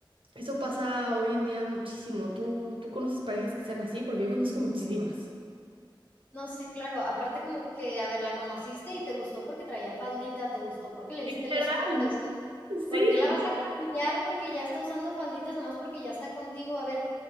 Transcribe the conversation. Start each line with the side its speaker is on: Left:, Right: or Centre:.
Right: eso pasa hoy en día muchísimo. ¿Tú, tú conoces parejas que sean así? Porque yo conozco muchísimas.
Left: No, sí, claro. Aparte como que, a ver, la conociste y te gustó porque traía faldita, te gustó porque le viste
Right: Literal.
Left: el escote, o sea, ¿por
Right: Sí,
Left: qué la vas a cambiar porque ya está usando falditas nomás porque ya está contigo? A ver,